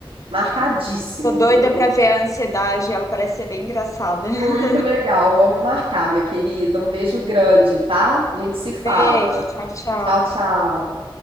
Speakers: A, on the right; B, on the left.
A: Marcadíssimo,
B: Tô doida
A: viu?
B: pra ver a ansiedade, ela parece ser bem engraçada. <laughs>
A: Muito legal. Vamos marcar, minha querida. Um beijo grande, tá? A gente se fala.
B: Beijo, tchau, tchau.
A: Tchau, tchau.